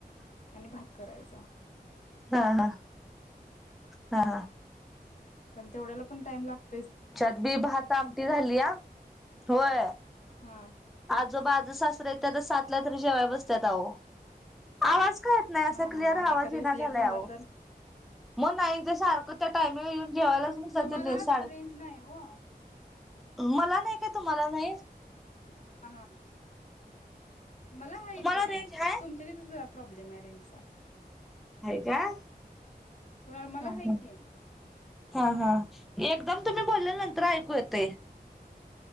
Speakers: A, on the left; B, in the centre.
A: आणि भात करायचं.
B: हा हा. हा.
A: पण तेवढ्याला पण टाईम लागतो.
B: आमच्यात बी भात आमटी झाली या. होय.
A: हा..
B: ज आजं सासरा ह्यात तरत्या सातला तरी जेवा बसत्यात आवो आवज कळत नाही
A: हा
B: क्लियर
A: हा आणि
B: आवाज
A: एखाद वेळेस
B: येईनाझालाय
A: लेट झाला
B: अवो
A: तर
B: मग नाही सारखं टायमिंग येऊन जेवायला <unintelligible>
A: तुम्हाला
B: साडे
A: रेंज नाही वो
B: मला नाही तुम्हाला मी
A: <inaudible> हा हा मला हाय
B: तुम्हाला
A: इथं रेंज.
B: हाय
A: तुमच्या तिथच प्रॉब्लेम आहे रेंजचा.
B: हाय काय
A: कुणाला मला
B: हा
A: हाय
B: हा
A: कि.
B: हा, हा एकदम तुम्ही बोललेल नंतर ऐकू येतेय.